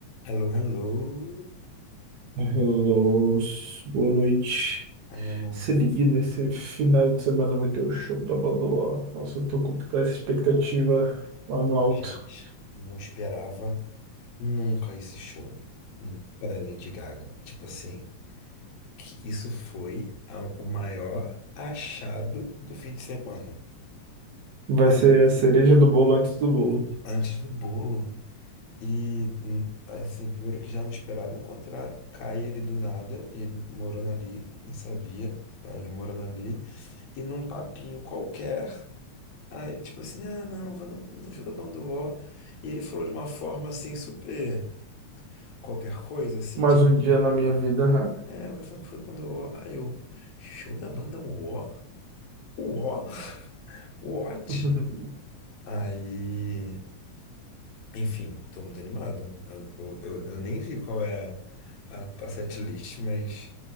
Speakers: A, on the left; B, on the right.
A: Hello, hello.
B: Hello, boa noite.
A: I am...
B: Se ligue nesse final de semana vai ter o show da Badoa. Nossa, eu tô com toda essa expectativa lá no alto.
A: Gente, não esperava nunca esse show para Lady Gaga. Tipo assim, que isso foi a- o maior achado do fim de semana.
B: Vai ser a cereja do bolo antes do bolo.
A: Antes do bolo. E, hum, assim, primeiro que já não esperaram encontrar Caia ele do nada, e ele morando ali, nem sabia, tá? Ele morando ali. E num papinho qualquer. Aí, tipo assim, ah, não, vou no, no show da banda UO. E ele falou de uma forma assim, super qualquer coisa, assim,
B: Mais
A: tipo,
B: um dia na minha vida, hã?
A: é, vai ser no show da banda UO. Aí eu, show da banda UO? o U O? <laughs> What?
B: <laughs>
A: Aí, enfim, tô muito animado. Eu, eu, eu, eu nem vi qual é a, a setlist, mas